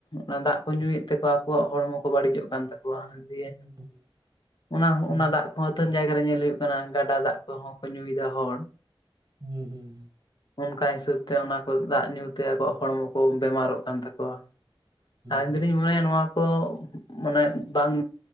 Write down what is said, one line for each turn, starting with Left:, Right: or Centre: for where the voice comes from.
Left: ᱚᱱᱟ ᱫᱟᱜ ᱠᱚ ᱧᱩᱭᱮᱜ ᱛᱮᱠᱚᱼᱼ ᱟᱠᱚᱣᱟᱜ ᱦᱚᱲᱢᱚ ᱠᱚ ᱵᱟᱹᱲᱤᱡᱚᱜ ᱠᱟᱱ ᱛᱟᱠᱚᱣᱟ ᱫᱤᱭᱮ
Right: <unintelligible>
Left: ᱚᱱᱟ
Right: ᱦᱩᱸ
Left: ᱚᱱᱟ ᱫᱟᱜ ᱠᱚᱦᱚᱸ ᱟᱹᱛᱷᱟᱹᱱ ᱡᱟᱭᱜᱟ ᱨᱮ ᱧᱮᱞ ᱦᱩᱭᱩᱜ ᱠᱟᱱᱟ ᱜᱟᱰᱟ ᱫᱟᱜ ᱠᱚᱦᱚᱸ ᱠᱚ ᱧᱩᱭᱮᱫᱟ ᱦᱚᱲ ᱾
Right: ᱦᱩᱸ ᱦᱩᱸ
Left: ᱚᱱᱠᱟ ᱦᱤᱥᱟᱹᱵ ᱛᱮ ᱚᱱᱟ ᱠᱚ ᱫᱟᱜ ᱧᱩᱛᱮ ᱟᱠᱚᱣᱟᱜ ᱦᱚᱲᱢᱚ ᱠᱚ ᱵᱮᱢᱟᱨᱚᱜ ᱠᱟᱱ ᱛᱟᱠᱚᱣᱟ ᱾ ᱟᱞᱤᱧ
Right: ᱦᱩᱸ
Left: ᱫᱚᱞᱤᱧ ᱢᱚᱱᱮᱭᱟ ᱱᱚᱣᱟ ᱠᱚ ᱢᱟᱱᱮ ᱵᱟᱝ